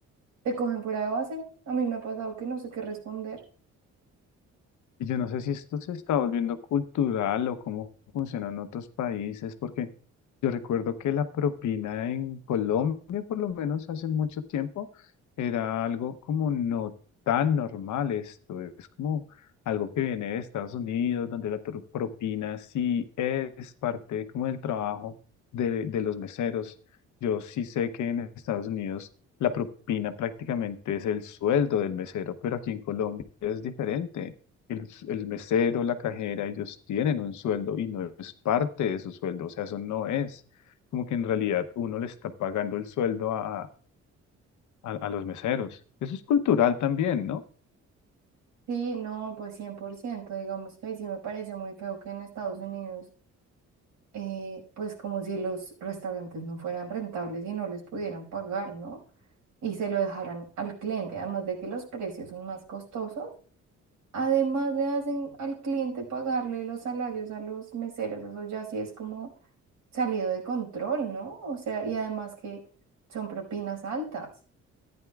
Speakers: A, on the right; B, on the left.
A: te cogen fuera de base, a mí me ha pasado que no sé qué responder.
B: Y yo no sé si esto se está volviendo cultural o cómo funciona en otros países, porque yo recuerdo que la propina en Colombia, por lo menos hace mucho tiempo, era algo como no tan normal esto. Es como algo que viene de Estados Unidos, donde la pro- propina sí es parte como del trabajo de, de los meseros. Yo sí sé que en Estados Unidos la propina prácticamente es el sueldo del mesero, pero aquí en Colombia es diferente el, el mesero, la cajera, ellos tienen un sueldo y no es parte de su sueldo, o sea, eso no es como que en realidad uno le está pagando el sueldo a, a, a los meseros. Eso es cultural también, ¿no?
A: Sí, no, pues 100%, digamos que ahí sí me parece muy feo que en Estados Unidos, eh, pues como si los restaurantes no fueran rentables y no les pudieran pagar, ¿no? Y se lo dejaran al cliente, además de que los precios son más costosos, además le hacen al cliente pagarle los salarios a los meseros, eso ya sí es como salido de control, ¿no? O sea, y además que son propinas altas.